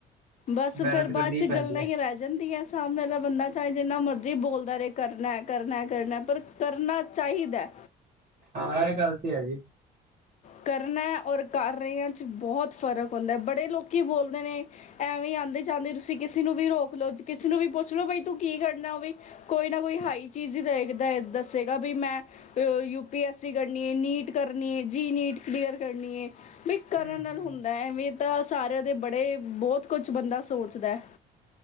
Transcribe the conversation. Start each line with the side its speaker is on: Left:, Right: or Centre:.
Left: ਬਸ
Right: ਮਿਹਨਤ
Left: ਫੇਰ
Right: ਕਰਨੀ
Left: ਬਾਚ
Right: ਹੀ ਪੈਂਦੀ
Left: ਗੱਲਾਂ
Right: ਹੈ
Left: ਈ ਰੈ ਜਾਂਦੀ ਐ ਸਾਹਮਣੇ ਵਾਲਾ ਬੰਦਾ ਚਾਹੇ ਜਿੰਨਾ ਮਰਜ਼ੀ ਬੋਲਦਾ ਰੇ ਕਰਨਾ- ਕਰਨਾ ਹੈ ਕਰਨਾ ਪਰ ਕਰਨਾ ਚਾਹੀਦੈ।
Right: ਹਾਂ ਐਹ ਗੱਲ ਤੇ ਹੈਗੀ।
Left: ਕਰਨਾ ਔਰ ਕਾਰਿਆਂ 'ਚ ਬਹੋਤ ਫਰਕ ਹੁੰਦੈ ਬੜੇ ਲੋਕੀ ਬੋਲਦੇ ਨੇ ਐਵੇਂ ਆਂਦੇ-ਜਾਂਦੇ ਤੁਸੀਂ ਕਿਸੀ ਨੂੰ ਵੀ ਰੋਕ ਲੋ, ਕਿਸੀ ਨੂੰ ਵੀ ਪੁੱਛ ਲੋੋ ਬ‌ਈ ਤੂੰ ਕੀ ਕਰਨਾ, ਉਵੀ ਕੋਈ ਨਾ ਕੋਈ ਹਾਈ ਚੀਜ਼ ਈ, ਦਹੇ ਦੇ ਦੱਸੇਗਾ ਵੀ ਮੈਂ ਤੇ ਉਹ ਯੂਪੀ ਐਸਈ ਕਰਨੀ ਏ, ਨੀਟ ਕਰਨੀ ਏ, ਜੀ ਨੀਟ ਕਲੀਅਰ ਕਰਨੀ ਏ। ਵੀ ਕਰਨ
Right: ਹੂੰ-ਹੂੰ।
Left: ਨਾਲ ਹੁੰਦਾ ਐਵੇਂ ਤਾਂ ਸਾਰਿਆਂ ਦੇ ਬੜੇ ਬਹੁਤ ਕੁੱਛ ਬੰਦਾ ਸੋਚਦਾ।